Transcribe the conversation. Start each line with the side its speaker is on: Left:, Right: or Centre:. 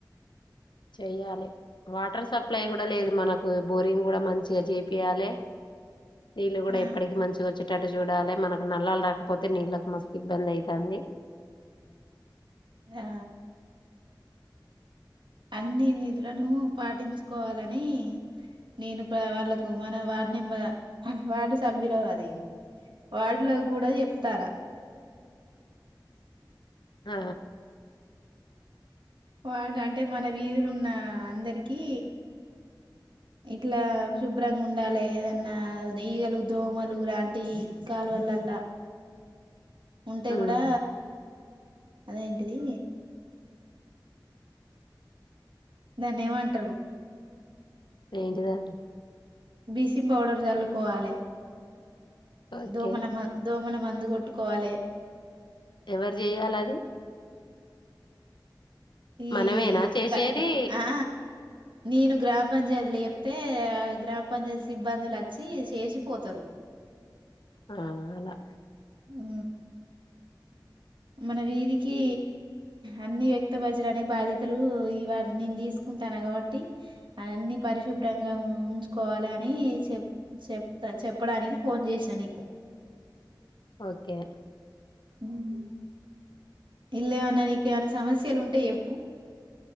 Left: చేయ్యాలి వాటర్ సప్లై గూడా లేదు మనకు బోరింగ్ గూడా మంచిగా జెపియాలె నీలు గూడా
Right: ఆ
Left: ఎప్పటికి మంచిగొచ్చె ఇటు అటు జూడాలి మనకు నల్లాలు రాకపోతే నీళ్ళలకు మస్తు ఇబ్బంది ఐతంది
Right: ఆ అన్ని నిధులను పాటించుకోవాలని నేను ప వాళ్ళకు మన వార్డు నెంబర్ వార్డు సభ్యులు అది వార్డులో కూడా ఎప్తాన
Left: ఆ
Right: వాడు అంటే మన వీధులు ఉన్న అందరికి ఇట్లా శుభ్రంగా ఉండాలె అదన్నా ఈగల దోమలు లాంటి కాలువల్లా ఉంటే
Left: ఉమ్
Right: కూడా అదేంటిది దాన్ని ఏమంటారు
Left: ఏంటి దాది
Right: బీసిం పౌడర్ జల్లుకోవాలె
Left: ఓకే
Right: దోమల మం దో మనం మందు కొట్టుకోవాలి
Left: ఎవరు జేయాలది
Right: ఈ
Left: మనమేనా చేసేది
Right: కాద్ కా ఆ నేను గ్రామ పంచాయతీలు చెప్తే గ్రామ పంచాయతీ సిబ్బందులు అచ్చి చేసిపోతారు
Left: ఆ అలా
Right: ఉ మన వీధికి అన్ని వ్యక్తపరచడానికి బాధ్యతలు ఇ నేను తీసుకుంటాను కాబట్టి అన్ని పరిశుభ్రంగా ఉంచుకోవాలి అని చెప్ చెప్తా చెప్పడానికి ఫోన్ చేసినా నీకు
Left: ఓకే
Right: ఉమ్ ఇల్లేమన్నానికిమైనా సమస్యలు ఉంటె ఎప్పు